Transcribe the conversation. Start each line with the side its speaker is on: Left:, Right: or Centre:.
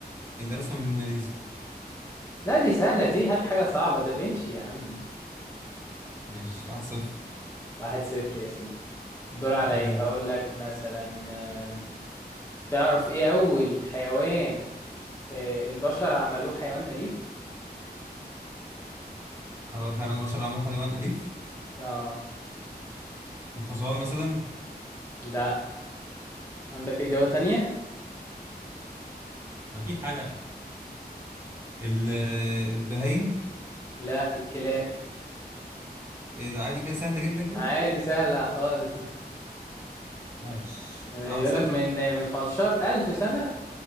Right: اللي رسم الموناليزا
Left: لا دي سهله دي هات حاجه صعبه دافينشي يا عم
Right: ماشي واحد صفر
Left: واحد صفر يا سيدي الدور عليا
Right: قول انت
Left: هقول لك مثلا آم، تعرف ايه اول حيوان آه، البشر عملوه حيوان أليف
Right: اول حاجه انا بشر عملوها حيوان اليف
Left: اه
Right: الحصان مثلا
Left: لا عندك إجابة تانية
Right: اكيد حاجه يعني. ال- البهايم
Left: لا الكلاب
Right: ايه ده عادي كده سهله جدا كده
Left: عادي سهلة خالص
Right: ماشي
Left: <laughs> بيقول
Right: كده واحد صفر
Left: لك من من 15000 سنة